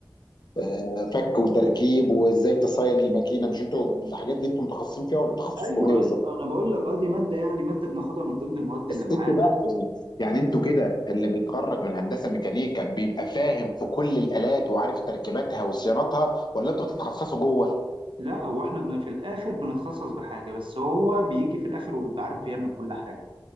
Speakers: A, on the left; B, on the right.
A: آه، فك وتركيب وازاي تصين الماكينه مش انتوا الحاجات دي انتوا متخصصين فيها ولا تخصصكم
B: ايوه
A: ايه
B: ايوه
A: بالظبط؟
B: انا بقول لك اه دي ماده يعني ماده بناخدها من ضمن المواد اللي
A: بس
B: معانا
A: انتوا بقى يعني يعني انتوا كده اللي بيتخرج من هندسه ميكانيكا بيبقى فاهم في كل الالات وعارف تركيباتها وصيانتها ولا انتوا بتتخصصوا جوه؟
B: لا هو احنا بن في الاخر بنتخصص بحاجه بس هو بيجي في الاخر وبيبقى عارف يعمل كل حاجه